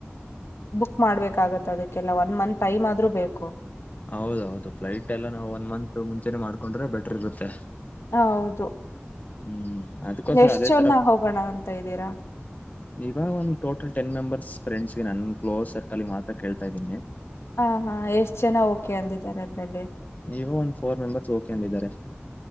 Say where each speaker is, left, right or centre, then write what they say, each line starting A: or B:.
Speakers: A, on the left; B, on the left.
A: ಬುಕ್ ಮಾಡ್ಬೇಕಾಗತ್ತ ಅದಕ್ಕೆಲ್ಲ ಒನ್ ಮಂತ್ ಟೈಮ್ ಆದ್ರೂ ಬೇಕು.
B: ಹೌದೌದು ಫ್ಲೈಟ್ ಎಲ್ಲ ನಾವು ಒನ್ ಮಂತ್ ಮುಂಚೆನೆೇ ಮಾಡ್ಕೊಂಡ್ರೆ ಬೆಟರ್ ಇರುತ್ತೆ.
A: ಹೌದು.
B: ಹ್ಮ್. ಅದ್ಕೋಸ್ಕರ
A: ಎಷ್ಟ್
B: ಅದೇ
A: ಜನ
B: ತರ
A: ಹೋಗೋಣ ಅಂತ ಇದ್ದೀರಾ
B: ಇವಾಗ ಒಂದು ಟೋಟಲ್ ಟೆನ್ ಮೆಂಬರ್ಸ್. ಫ್ರೆಂಡ್ಸ್ಗೆ ನನ್ನನ್ ಕ್ಲೋಸ್ ಸರ್ಕಲ್ಗೆ ಮಾತ್ರ ಕೇತಾ ಇದ್ದೀನಿ.
A: ಹ ಹಾ ಎಷ್ಟ್ ಜನ ಓಕೆ ಅಂದಿದ್ದಾರೆ ಅದ್ರಲ್ಲಿ.
B: ನೀವ ಒಂದ್ ಫೋರ್ ಮೆಂಬರ್ಸ್ ಓಕೆ ಅಂದಿದ್ದಾರೆ.